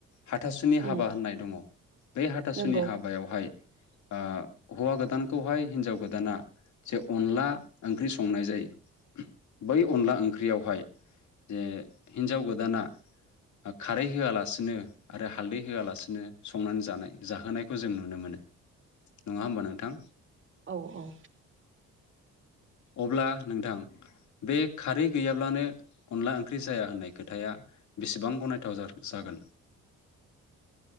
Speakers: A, on the left (about 70°); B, on the right (about 40°).
A: हाथासुनि
B: उम
A: हाबा होननाय दङ बे हाथासुनि
B: नंगौ
A: हाबायावहाय आ हौवा गोदानखौहाय हिन्जाव गोदाना जे अनला ओंख्रि संनाय जायो। बै अनला ओंख्रियावहाय जे हिन्जाव गोदाना खारै होआलासिनो आरो हालदै होआलासिनो संनानै जानाय जाहोनायखौ जों नुनो मोनो नङा होमबा नोंथां।
B: औ औ
A: अब्ला नोंथां बे खारै गैयाब्लानो अनला ओंख्रि जाया होननाय खोथाया बेसेबां गनायथाव जागोन